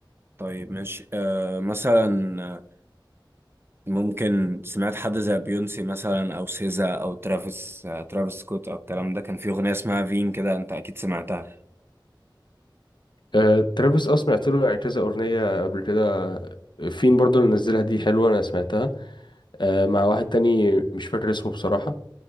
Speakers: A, on the right; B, on the left.
A: طيب ماشي أه مثلا ممكن سمعت حد زي بيونسي مثلا او سيزا او ترافيس آه، ترافيس سكوت او الكلام ده كان في اغنيه اسمها فين كده انت اكيد سمعتها
B: أه ترافيس اه سمعت له يعني كذا اغنية قبل كده فين برضو اللي نزلها دي حلوة انا سمعتها أه مع واحد تاني مش فاكر اسمه بصراحة